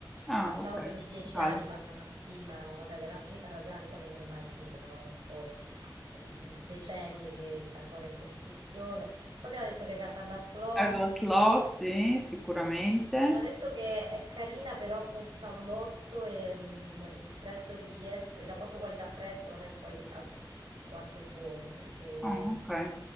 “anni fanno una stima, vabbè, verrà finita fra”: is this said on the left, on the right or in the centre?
Right